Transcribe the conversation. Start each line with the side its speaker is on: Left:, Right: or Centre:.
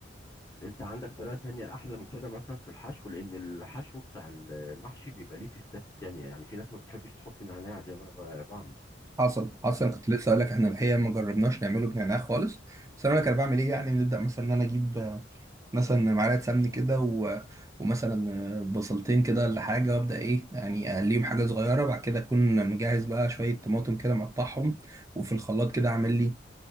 Left: انت عندك طريقه تانية احلى من كده مثلا في الحشو لان الحشو بتاع المحشي بيبقى ليه تيستات تانية يعني في ناس ما بتحبش تحط نعناع زي ما انا ب- بعمل
Right: حصل حصل كنت لسه اقول لك احنا الحقيقه ما جربناش نعمله بنعناع خالص بس انا اقول لك انا بعمل ايه يعني بنبدا مثلا ان انا اجيب آه، مثلا معلقه سمن كده و... ومثلا آه، بصلتين كده ولا حاجه وابدا ايه يعني اقليهم حاجه صغيره بعد كده اكون مجهز بقى شويه طماطم كده مقطعهم وفي الخلاط كده اعمل لي